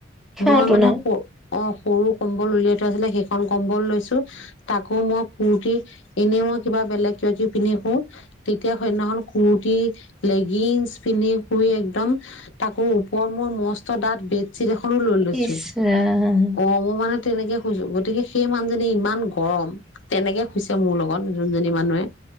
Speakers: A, in the centre; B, on the left (about 90°).
A: সিহঁতো
B: মই মানে
A: নাই
B: অ সৰু কম্বল উলিয়াই থোৱা আছিলে সেইখন কম্বল লৈছো তাকো মই কুুৰ্তি এনে মই কিবা বেলেগ কিবা কিবি পিন্ধি শু তেতিয়া সেইদিনাখন কুুৰ্তি লেগিংছ পিন্ধি শুই একদম অ ওপৰত মই মস চাত বেজ চিট এখনো লৈ লৈছো
A: ইচ ৰাম
B: অ মই মানে তেনেকে শুইছো গতিকে সেই মানুহজনী ইমান গৰম তেনেকে শুইছে মোৰ লগত যোনজনী মানুহে